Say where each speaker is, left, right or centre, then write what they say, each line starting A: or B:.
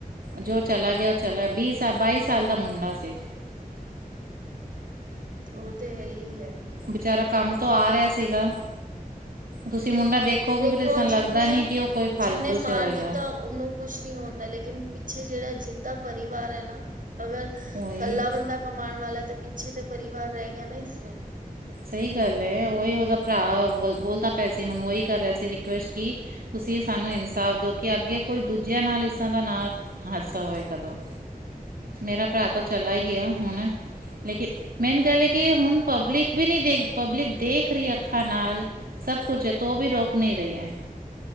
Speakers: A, on the right (about 80°); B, on the right (about 65°).
A: ਜੋ ਚਲਾ ਗਿਆ ਉਹ ਚਲਾ, ਵੀਹ ਸਾਲ, ਬਾਈ ਸਾਲ ਦਾ ਮੁੰਡਾ ਸੀ।
B: ਉਹ ਤੇ ਹੈ ਹੀ ਹੈ।
A: ਵਿਚਚਾਰਾ ਕੰਮ ਤੋਂ ਆ ਰਿਹਾ ਸੀਗਾ। ਤੁਸੀਂ
B: ਦੇਖੋ
A: ਮੁੰਡਾ ਦੇਖੋਗੇ ਵੀ ਤਾਂ ਸਾਨੂੰ
B: ਜਿੰਨੇ
A: ਲੱਗਦਾ ਨੀ ਕਿ ਉਹ ਕੋਈ ਫਾਲਤੂ
B: ਜਿੰਨੇ ਮਾਰ
A: 'ਚ ਹੋਏਗਾ।
B: ਦਿੱਤਾ ਉਹਨੂੰ ਕੁਛ ਨੀ ਹੁੰਦਾ, ਲੇਕਿਨ ਪਿੱਛੇ ਜਿਹੜਾ, ਜਿੱਦਾਂ ਪਰਿਵਾਰ ਹੈ ਨਾ। ਅਗਰ,
A: ਉਹੀ
B: ਕੱਲਾ ਬੰਦਾ ਕਮਾਉਣ ਵਾਲਾ ਤੇ ਪਿੱਛੇ ਤੇ ਪਰਿਵਾਰ ਰਹਿ ਗਿਆ ਨਾ ਇਸ ਤਰ ਹੀ।
A: ਸਹੀ ਗੱਲ ਹੈ, ਉਹੀ ਉਹਦਾ ਭਰਾ ਬੋਲਦਾ ਪਿਆ ਸੀ ਹੁਣ ਉਹੀ ਕਰ ਰਿਹਾ ਸੀ ਰਿਕੁਐਸਟ ਕਿ। ਤੁਸੀਂ ਸਾਨੂੰ ਇਨਸਾਫ਼ ਦਿਓ ਕਿ ਅੱਗੇ ਕੋਈ ਦੂਜਿਆਂ ਨਾਲ ਇਸਾਂ ਦਾ ਨਾ। ਹਾਸਾ ਹੋਏ ਕਦੋਂ। ਮੇਰਾ ਭਰਾ ਤਾਂ ਚਲਾ ਈ ਗਿਆ ਹੁਣ। ਲੇਕਿਨ ਮੇਨ ਗੱਲ ਏ ਕਿ ਹੁਣ ਪਬਲਿਕ- ਵੀ ਨਈ ਦੇਖ, ਪਬਲਿਕ ਦੇਖ ਰ‌‌ਈ ਅੱਖਾਂ ਨਾਲ, ਸਭ ਕੁਛ ਏ ਤੋ ਵੀ ਰੋਕ ਨੀ ਰ‌ਈ ਐ।